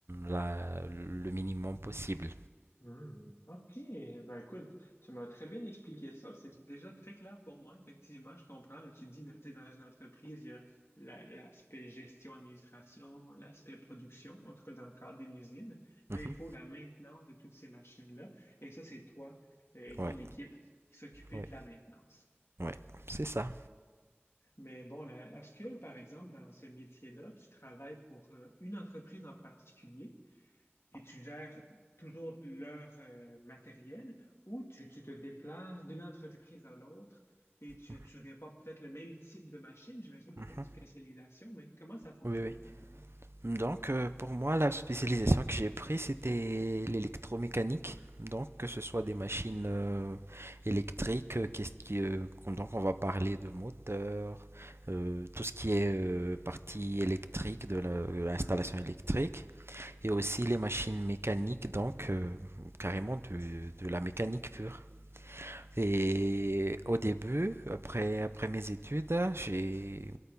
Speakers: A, on the right; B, on the left.
A: la- le minimum
B: mhm,
A: possible.
B: mhm. Hmm, ok, ben écoute, tu m'as très bien expliqué ça. C'est déjà très clair pour moi. Effectivement, je comprends. Là, tu dis, tu sais, dans une entreprise, il y a la- l'aspect gestion, administration, l'aspect production, en tout cas dans le cadre d'une usine,
A: Mhm.
B: mais il faut la maintenance de toutes ces machines-là. Et ça, c'est toi euh, et ton
A: Ouais,
B: équipe qui s'occupez
A: ouais,
B: de la maintenance.
A: ouais, c'est ça.
B: Mais bon, la- est-ce que, par exemple, dans ce métier-là, tu travailles pour euh, une entreprise en particulier? Et tu gères toujours leur euh, matériel ou tu, tu te déplaces d'une entreprise à l'autre et tu,
A: Mhm.
B: tu répares peut-être le même type de machine. J'imagine que
A: Mhm.
B: tu as une spécialisation, mais comment ça fonctionne
A: Oui, oui.
B: exactement?
A: Donc, euh, pour moi, la spécialisation que j'ai prise, c'était l'électromécanique. Donc, que ce soit des machines
B: OK.
A: euh, électriques, euh, qu'est-ce qui, euh, qu'on- donc on va parler de moteurs, euh, tout ce qui est euh, partie électrique de la- de l'installation électrique, et aussi les machines mécaniques, donc euh, carrément de, de la mécanique pure. Et au début, après, après mes études, j'ai,